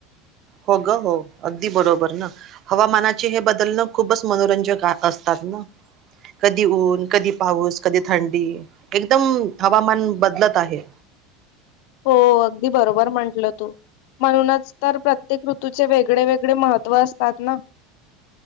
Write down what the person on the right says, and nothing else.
हो ग हो अगदी बरोबर ना हवामानाचे हे बदलणं खूपच मनोरंजक असतात. <inaudible> कधी ऊन कधी पाऊस कधी थंडी एकदम हवामान बदलत आहे.